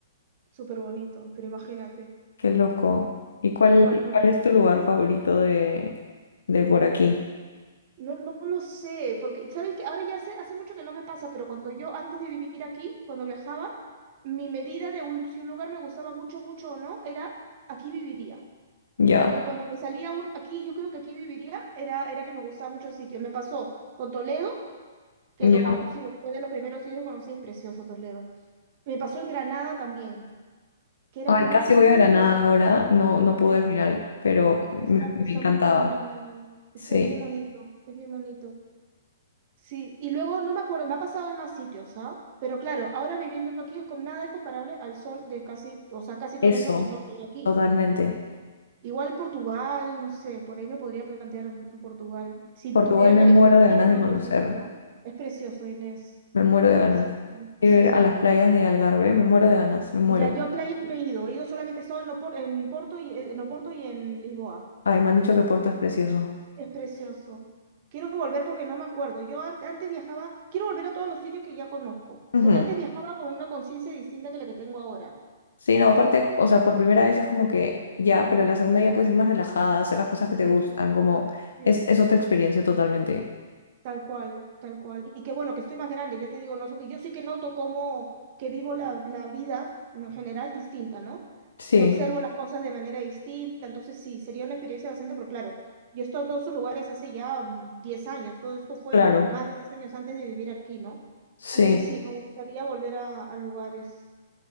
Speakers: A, on the right; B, on the left.
A: súper bonito, pero imagínate,
B: Qué loco. ¿Y cuál,
A: buscando...
B: cuál es tu lugar favorito de, de por aquí?
A: No, no lo sé, porque sabes que ahora ya sé, hace mucho que no me pasa, pero cuando yo antes de vivir aquí, cuando viajaba, mi medida de un, si un lugar me gustaba mucho, mucho o no, era aquí viviría.
B: Ya,
A: Cuando, y cuando me salía un aquí, yo creo que aquí viviría, era, era que me gustaba mucho el sitio. Me pasó con Toledo, que
B: ya.
A: lo conocí, bueno, fue de los primeros sitios que conocí, es precioso Toledo. Me pasó en Granada también, que era
B: Ay,
A: como,
B: casi
A: ay, qué
B: voy
A: bonito.
B: a Granada ahora, no, no pude
A: Es-
B: al final, pero me,
A: Está,
B: me
A: está
B: encantaba.
A: muy bien Granada. Es,
B: Sí,
A: es bien bonito, es bien bonito. Sí, y luego no me acuerdo, me ha pasado en más sitios, ¿ah? Pero claro, ahora viviendo aquí es con nada es comparable al sol de casi, o sea, casi todo
B: eso,
A: el año con sol de aquí.
B: totalmente.
A: Igual Portugal, no sé, por ahí me podría plantear Portugal, si
B: Portugal
A: tuviera
B: me
A: que elegir
B: muero de
A: ir
B: ganas
A: en
B: de
A: otro
B: conocer,
A: sitio, ¿no? Es precioso, Inés.
B: me muero
A: Es
B: de
A: precioso,
B: ganas. Ir
A: sí.
B: a las playas de Algarve, me muero de ganas, me muero.
A: Ya yo a playas no he ido, he ido solamente he estado en Opor- en Porto y en Oporto y en Lisboa.
B: Ay, me han dicho que Porto es precioso.
A: Es precioso. Quiero volver porque no me acuerdo. Yo an- antes viajaba, quiero volver a todos los sitios que ya conozco,
B: Ujú.
A: porque antes viajaba con una conciencia distinta que la que tengo ahora.
B: Sí, no, aparte, o sea, por primera vez es como que ya, pero la segunda ya puedes ir más relajada, hacer las cosas que te
A: Sí,
B: gustan, como
A: sí.
B: es, es otra experiencia totalmente.
A: Tal cual, tal cual. Y que bueno, que estoy más grande, ya te digo, no sé, que yo sí que noto cómo que vivo la, la vida en general distinta, ¿no?
B: Sí,
A: Que observo las cosas de manera distinta, entonces sí, sería una experiencia bastante, pero claro, yo he estado en todos esos lugares hace ya mm, 10 años, todo esto fue
B: claro,
A: más de 10 años antes de vivir aquí, ¿no?
B: sí.
A: Entonces sí, me gustaría volver a, a lugares,